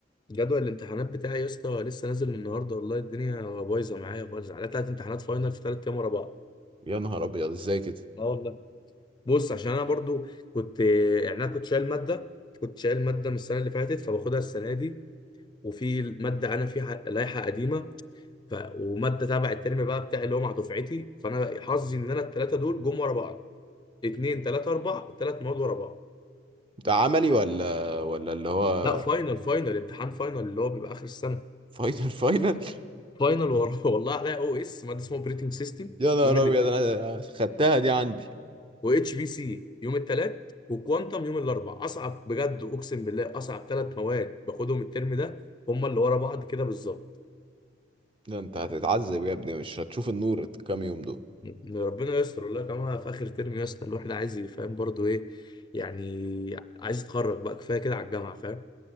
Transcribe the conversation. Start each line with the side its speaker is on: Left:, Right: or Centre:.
Left: جدول الامتحانات بتاعي يا اسطى لسه نازل النهارده والله الدنيا بايظه معايا خالص على ثلاث امتحانات فاينل في ثلاث ايام ورا بعض
Right: يا نهار أبيض إزاي كده؟
Left: اه والله بص عشان انا برضو كنت يعني انا كنت شايل ماده كنت شايل ماده من السنه اللي فاتت فباخدها السنه دي وفي ماده انا فيها لائحه قديمه ف... وماده تبع الترم بقى بتاعي اللي هو مع دفعتي فانا حظي ان انا الثلاثه دول جم ورا بعض اتنين تلاته اربع تلات مواد ورا بعض
Right: ده عملي ولا ولا اللي هو
Left: لا فاينل فاينل امتحان فاينل اللي هو بيبقى اخر السنه
Right: فاينل <laughs> فاينل؟
Left: فاينل ورا <laughs> والله عليا او اس ماده اسمها اوبريتنج سيستم
Right: يا نهار
Left: يوم
Right: أبيض أنا خدتها دي عندي
Left: واتش بي سي يوم الثلاث وكوانتم يوم الاربع اصعب بجد اقسم بالله اصعب ثلاث مواد باخدهم الترم ده هم اللي ورا بعض كده بالظبط
Right: ده أنت هتتعذب يا ابني مش هتشوف النور الكام يوم دول
Left: يعني ربنا يستر والله كمان في اخر ترم يا اسطى الواحد عايز يفهم برضه ايه يعني عايز يتخرج بقى كفايه كده على الجامعه فاهم